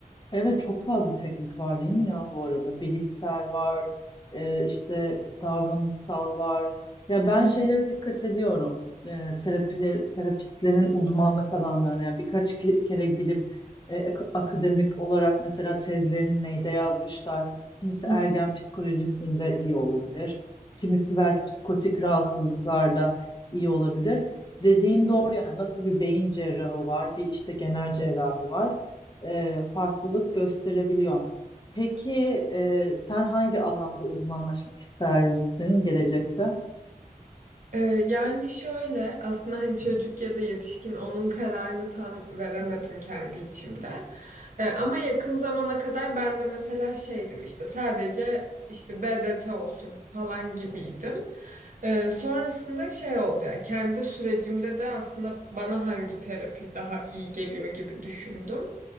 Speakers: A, on the left (about 30°); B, on the right (about 65°).
A: Evet çok fazla teknik var değil mi ya bu arada? Bilişsel var, e, işte davranışsal var. Ya ben
B: Evet.
A: şeylere dikkat ediyorum. E, terapiler, terapistlerin uzmanlık alanlarına. Yani birkaç ki- kere gidip e, ak- akademik olarak mesela tezlerini neyde yazmışlar. Kimisi
B: <laughs>
A: ergen psikolojisinde iyi olabilir. Kimisi belki psikotik rahatsızlıklarda iyi olabilir. Dediğin doğru yani nasıl bir beyin cerrahı var, bir işte genel cerrahi var e, farklılık gösterebiliyor. Peki e, sen hangi alanda uzmanlaşmak istersin gelecekte?
B: Ee, yani şöyle aslında hani çocuk ya da yetişkin onun kararını tam veremedim kendi içimde. Ee, ama yakın zamana kadar ben de mesela şeydim işte sadece işte BDT olsun falan gibiydim. Ee, sonrasında şey oldu ya kendi sürecimde de aslında bana hangi terapi daha iyi geliyor gibi düşündüm.